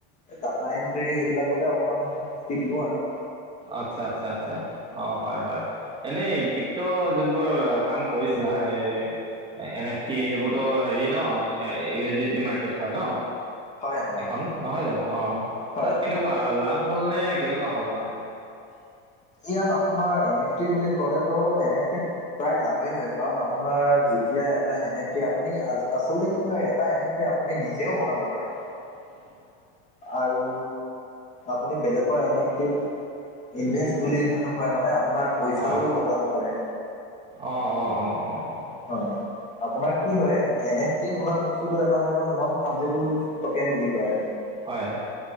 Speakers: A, on the left (about 20°); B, on the right (about 15°).
A: টাটা এণ্ট্ৰি সেইবিলাকতে অকণমান দৃষ্টি দিওঁ আৰু।
B: আচ্ছা আচ্ছা আচ্ছা, অ হয় হয়। এনেই কিপ্ত যোনবোৰ কাম কৰিছিলা সেই এন এফ টি সেইবোৰতো হেৰি ন এ এ ডি টি মাৰ্কেট হয় ন?
A: হয় হয়
B: এখন
A: হয়
B: নহয় জানো অ
A: হয়
B: তাত
A: হয়
B: কেনেকুৱা লাভ হল নে কেনেকুৱা হ'ল মানে?
A: ইয়াত আপোনাৰ এন এফ টি বুলি ক'লেতো এন এফ টিত প্ৰায় লাভেই হয় কাৰণ আপোনাৰ যি তিয়া এটা এন এফ পি আপুনি আচলতে কি হয় এটা এন এফ পি আপুনি নিজেও বনাব পাৰে।
B: হয় <inaudible>
A: আৰু আপুনি বেলেগৰ এন এফ টিত ইনভেষ্ট বুলি যোনটো কয় মানে আপোনাৰ পইচাও
B: অ
A: লগাব পাৰে
B: অ অ অ অ অ
A: হয়। আপোনাৰ কি হয় এন এফ টি বোলা বস্তুটো এটা হৈ গল নন ফাবজেবুল টকেন বুলি কয়।
B: হয়।